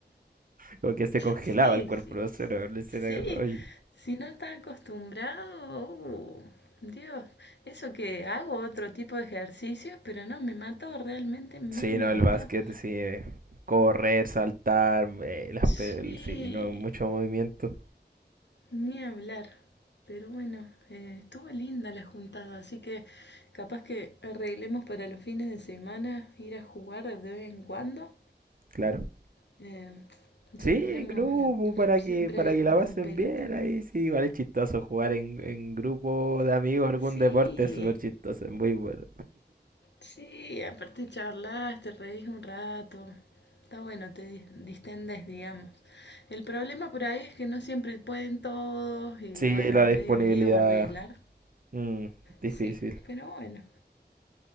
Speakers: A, on the right; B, on the left.
A: Como que se congelaba
B: Sí,
A: el cuerpo.
B: sí.
A: No sé, no- no sé,
B: Sí,
A: era como, "Ay".
B: si no estás acostumbrado, uh, Dios, eso que hago otro tipo de ejercicios, pero no, me mató, realmente me
A: Sí,
B: mató.
A: no, el básquet, sí. eh, Correr, saltar, eh, las,
B: Sí,
A: pe- el- sí, no, mucho movimiento,
B: Ni hablar. Pero bueno, eh, estuvo linda la juntada, así que capaz que arreglemos para los fines de semana ir a jugar de vez en cuando.
A: claro.
B: Eh, ya
A: Sí,
B: tenemos
A: en grupo,
B: la
A: para
B: siempre
A: que, para
B: alguien
A: que la pasen
B: con pelota.
A: bien ahí, sí, vale es chistoso jugar en, en grupo de amigos, algún
B: Sí,
A: deporte es súper chistoso, es muy bueno.
B: sí, aparte charlas, te reís un rato. Está bueno, te dis- distendes, digamos. El problema por ahí es que no siempre pueden todos y
A: Sí,
B: bueno,
A: la
B: es medio
A: disponibilidad,
B: lío arreglar.
A: mm, difícil.
B: Sí, pero bueno.